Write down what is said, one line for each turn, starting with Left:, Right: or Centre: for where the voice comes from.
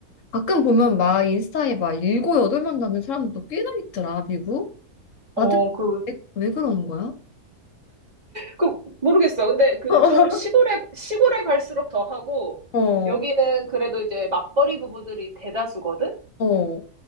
Left: 가끔 보면 막 인스타에 막 일곱, 여덟 명 낳는 사람들도 꽤나 있더라, 미국.
Right: 어,
Left: 다들
Right: 그,
Left: 왜, 왜 그러는 거야?
Right: 그, 모르겠어. 근데 그
Left: <laughs>
Right: 좀 시골에, 시골에 갈수록 더 하고,
Left: 어,
Right: 여기는 그래도 이제 맞벌이 부부들이 대다수거든?
Left: 어,